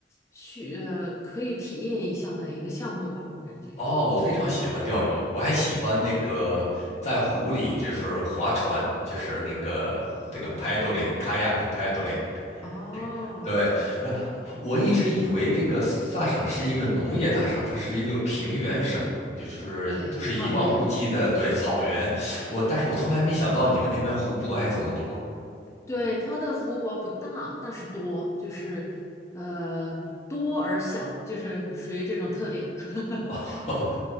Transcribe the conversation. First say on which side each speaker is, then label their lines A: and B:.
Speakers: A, on the left; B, on the left.
A: 需呃可以体验一下的一个项目吧，我感觉
B: 哦，我非常喜欢钓鱼，我还喜欢那个在湖里就是划船，就是那个这个
A: 啊，可以可以
B: paddling kayak paddling。
A: 哦，
B: 这对，
A: 不错不错，
B: 然后我一直以为这个萨省是一个农业大省，它是一个平原省，就是就是一望无际的对草原。
A: 对草原，对对对对。
B: 我但是我从来没想到你们那边湖泊还这么多。
A: 对，它的湖泊不大，但是多，就是呃多而小，就是属于这种特点。<laughs>
B: <laughs> 哦